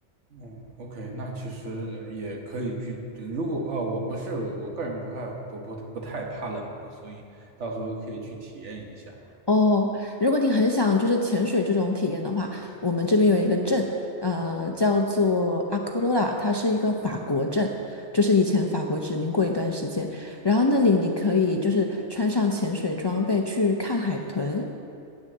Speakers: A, on the right; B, on the left.
A: 嗯，OK，那其实呃也可以去。如果哦，我不是我个人不太不不不太怕冷嘛，所以到时候可以去体验一下。
B: 哦，如果你很想就是潜水这种体验的话，我们这边有一个镇，呃，叫做阿库罗拉，它是一个法国镇，就是以前法国殖民过一段时间。然后那里你可以就是穿上潜水装备去看海豚，